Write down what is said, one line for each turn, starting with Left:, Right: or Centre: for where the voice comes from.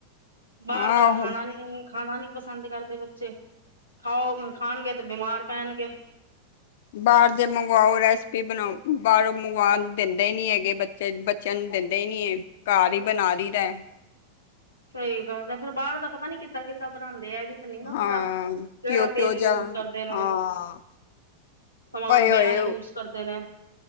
Right: ਬਾਹਰ
Left: ਹਾਂ
Right: ਦਾ
Left: ਉਹ
Right: ਖਾਣਾ ਨਹੀ, ਖਾਣਾ ਨਹੀ। ਪਸੰਦ ਕਰਦੇ ਬੱਚੇ ਖਾਓ ਖਾਣਗੇ ਤੇ ਬਿਮਾਰ ਪੈਣਗੇ।
Left: ਬਾਰ ਦੇ ਮੰਗਵਾਓ ਰੈਸਪੀ ਬਣਾਓ, ਬਾਹਰੋਂ ਮੰਗਵਾਣ ਦਿੰਦੇ ਨੀ ਹੈਗੇ ਬੱਚੇ ਬੱ ਚਿਆਂ ਨੂੰ ਦਿੰਦੇ ਈ ਨੇ, ਘਰ ਈ ਬਣਾ ਲੲੀ ਦਾ।
Right: ਸ‌ਈ ਗੱਲ ਐ, ਫੇਰ ਬਾਹਰ ਦਾ ਪਤਾ ਨੀ ਕਿੱਦਾਂ-ਕਿੱਦਾਂ ਬਣਾਂਦੇ ਆ ਗੇ। ਨੀ ਨਾ
Left: ਹਾਂ
Right: ਪਤਾ ਕੇੜਾ
Left: ਕਿਉ
Right: ਤੇਲ
Left: ਕਿਉ
Right: ਯੂਜ
Left: ਜਾ
Right: ਕਰਦੇ ਨੇ।
Left: ਹਾਂ
Right: ਸਮਾਨ
Left: ਪਏ
Right: ਬਿਹਾ
Left: ਹੋਏ
Right: ਯੂਜ ਕਰਦੇ ਨੇ।